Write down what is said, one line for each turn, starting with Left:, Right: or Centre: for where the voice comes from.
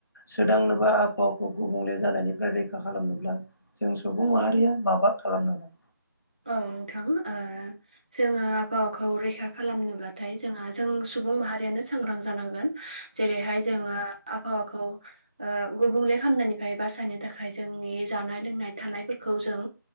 Left: सोदांनोबा आबहावाखौ गुबुंले जानायनिफ्राय रैखा खालामनोब्ला जों सुबुं माहारिया
Right: औ
Left: माबा खालामनांगौ
Right: औ नोंथां जोङो आबहावाखौ रैखा खालामनोब्लाथाय। जोंहा जों सुबुं माहारियानो सांग्रां जानांगोन जेरैहाय जोङो आबहावाखौ गुबुंले खामनायनिफ्राय बासायनो थाखाय जोंनि जानाय लोंनाय थानायफोरखौ जों।